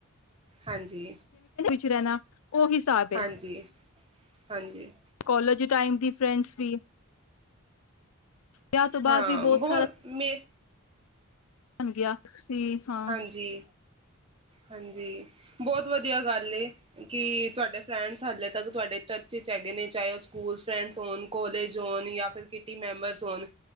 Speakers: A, on the right; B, on the left.
A: ਹਾਂਜੀ
B: ਚਿਰੇ ਨਾ ਓ ਹਿਸਾਬ ਏ,
A: ਹਾਂਜੀ, ਹਾਂਜੀ।
B: ਕੋਲਜ ਟਾਈਮ ਦੀ ਫਰੈਂਡਸ ਵੀ ਵਿਆਹ ਤੋਂ
A: ਹਾਂ
B: ਬਾਅਦ ਵੀ ਬਹੁਤ
A: ਬਹੁ ਮੇਂ
B: <unintelligible> ਠੀਕ ਹਾਂ
A: ਹਾਂਜੀ ਹਾਂਜੀ ਬਹੁਤ ਵਧੀਆ ਗੱਲ ਏ ਕਿ ਤੁਹਾਡੇ ਫਰੈਂਡਸ ਹਾਲੇ ਤੱਕ ਤੁਹਾਡੇ ਟੱਚ ਵਿੱਚ ਹੈਗੇ ਨੇ ਚਾਹੇ ਉਹ ਸਕੂਲ ਫਰੈਂਡਸ ਹੋਣ ਕੋਲੇਜ ਹੋਣ ਜਾਂ ਫਿਰ ਕਿਨੀ ਮੈਂਬਰਸ ਹੋਣ